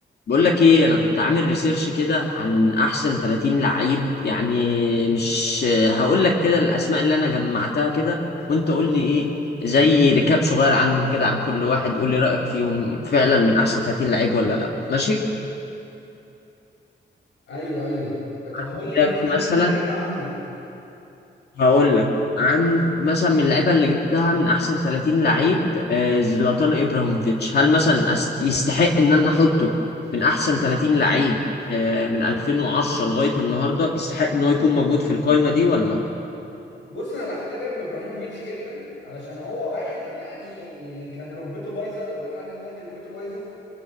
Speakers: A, on the left (about 60°); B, on the left (about 75°).
A: بقول لك ايه انا كنت عامل ريسيرش كده عن احسن 30 لعيب يعني مش هقول لك كده الاسماء اللي انا جمعتها كده وانت قول لي ايه زي ركاب صغير عنهم كده عن كل واحد قول لي رايك فيهم فعلا من احسن 30 لعيب ولا لا ماشي
B: ايوه ايوه طب قول
A: عندك
B: لي مثلا
A: مثلا
B: مين اللعيبه عندك
A: هقول لك عند مثلا من اللعيبه اللي جبتها من احسن 30 لعيب آه، زلاتان ابراهيموفيتش هل مثلا أس- يستحق ان انا احطه من احسن 30 لعيب آه، من 2010 لغايه النهارده يستحق ان هو يكون موجود في القايمه دي ولا
B: بص انا بحترم ابراهيموفيتش جدا علشان هو واحد يعني كان ركبته بايظه ولحد دلوقتي ركبته بايظه